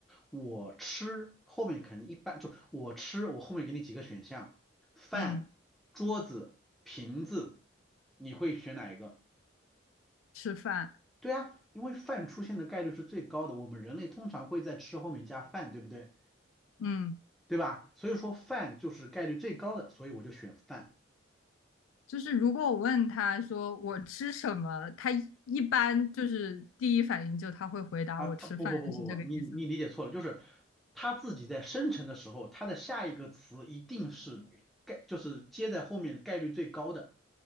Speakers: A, in the centre; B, on the left (about 85°).
A: 我吃后面肯定一般就我吃，我后面给你几个选项，饭、
B: 嗯，
A: 桌子、瓶子，你会选哪一个？
B: 吃饭，
A: 对啊，因为饭出现的概率是最高的，我们人类通常会在吃后面加饭，对不对？
B: 嗯，
A: 对吧？所以说饭就是概率最高的，所以我就选饭
B: 就是如果我问他说我吃什么，他一一般就是第一反应就他会回答我吃饭，
A: 啊。他不不不不不，
B: 是这个意思吗？
A: 你你理解错了，就是他自己在生成的时候，他的下一个词一定是概，就是接在后面概率最高的，